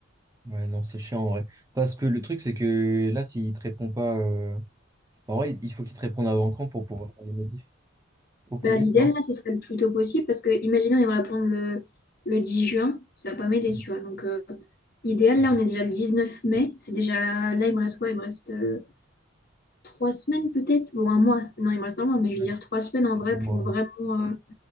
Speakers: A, on the right; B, on the left.
A: Ouais, non, c'est chiant en vrai. Parce que le truc, c'est que là, s'il te répond pas. euh, En vrai, il faut qu'il te réponde avant quand pour pouvoir faire les modifs? Au plus
B: Bah, l'idéal,
A: vite, non?
B: là, ce serait le plus tôt possible parce que, imaginons, il me répondent le, le 10 juin. Ça va pas m'aider,
A: Mhm,
B: tu vois. Donc, euh, idéal,
A: mhm.
B: là, on est déjà le 19 mai. C'est déjà. Là, il me reste quoi? Il me reste euh, trois semaines, peut-être? Bon, un mois. Non, il me reste un mois, mais je
A: Ouais.
B: veux dire trois semaines en
A: Parce
B: vrai
A: qu'en
B: pour
A: moi,
B: vraiment
A: ouais.
B: euh,